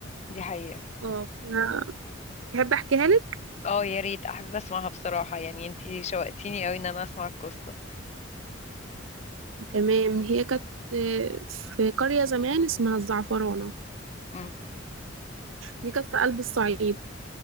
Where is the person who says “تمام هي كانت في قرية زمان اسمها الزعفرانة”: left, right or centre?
Right